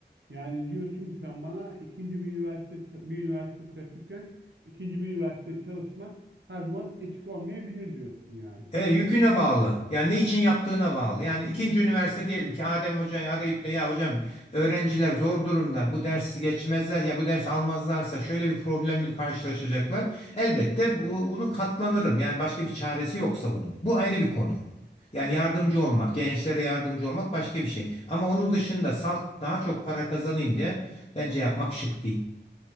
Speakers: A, on the right; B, on the left.
A: Yani diyorsun ki sen bana ikinci bir üniversite ç- bir üniversite çalışırken ikinci bir üniversite çalışmak her zaman etik olmayabilir diyorsun yani.
B: E, yüküne bağlı. Yani ne için yaptığına bağlı. Yani ikinci üniversite diyelim ki Adem Hoca'yı arayıp da ya hocam öğrenciler zor durumda bu dersi geçmezler ya bu dersi almazlarsa şöyle bir problemle karşılaşacaklar. Elbette bu- bunu katlanırım. Yani başka bir çaresi yoksa bunun. Bu ayrı bir konu. Yani yardımcı olmak, gençlere yardımcı olmak başka bir şey. Ama onun dışında salt daha çok para kazanayım diye bence yapmak şık değil.